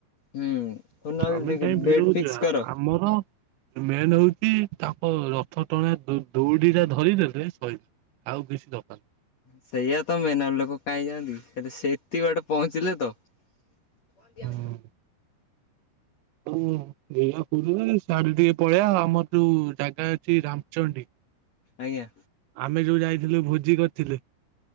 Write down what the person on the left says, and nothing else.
ହୁଁ ହଉ ନହେଲେ
ଦେଖ
ଡେଟ୍ ଫିକ୍ସ
କର।
ସେଇଆ ତ ମେନାର ଲୋକ କାହିଁ ଯାଆନ୍ତି କି ହେଲେ ସେତିକି ବାଟ ପହଞ୍ଚିଲେ ତ କନ୍ତିିଆ
ଆଜ୍ଞା